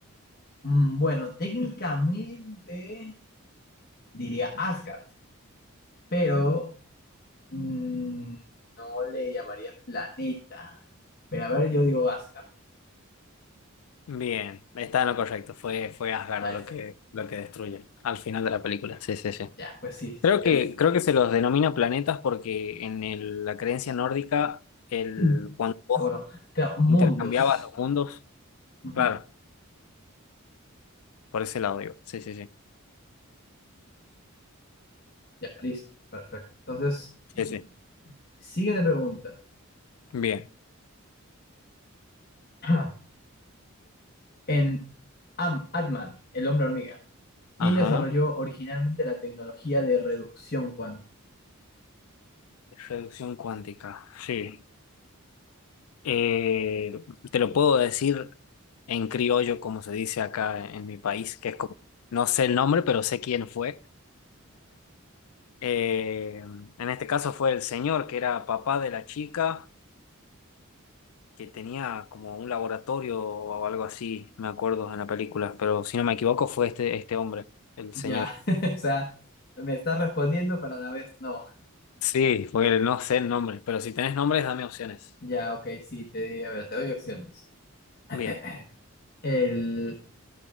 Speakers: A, on the left; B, on the left.
A: Mm, Bueno, técnicamente diría Asgard, pero mm, no le llamaría planeta. Pero a ver, yo digo Asgard.
B: Bien, está en lo correcto. Fue, fue Asgard
A: Ahí
B: lo
A: está.
B: que, lo que destruye al final de la película. Sí, sí, sí.
A: Ya, pues sí, sí,
B: Creo
A: sí, es.
B: que, creo que se los denomina planetas porque en el- la creencia nórdica, el,
A: <clears throat>
B: cuando vos
A: Ah, bueno, claro, mundos.
B: intercambiabas los mundos,
A: Ujú,
B: claro, por ese lado digo. Sí, sí, sí.
A: Ya, listo, perfecto. Entonces, y
B: Sí, sí.
A: siguiente pregunta.
B: Bien.
A: <clears throat> En Am Ant-Man, el hombre hormiga, ¿quién
B: Ajá.
A: desarrolló originalmente la tecnología de reducción cuántica?
B: Reducción cuántica. Sí. Eh, te lo puedo decir en criollo, como se dice acá en mi país, que es como, no sé el nombre, pero sé quién fue. Eh, en este caso fue el señor que era papá de la chica que tenía como un laboratorio o algo así, me acuerdo en la película, pero si no me equivoco fue este, este hombre, el
A: Ya,
B: señor.
A: <laughs> o sea, me está respondiendo, pero a la vez no.
B: Sí, porque no sé el nombre, pero si tenés nombres, dame opciones.
A: Ya, ok, sí, te di, a ver, te doy opciones. <clears throat>
B: Bien,
A: El,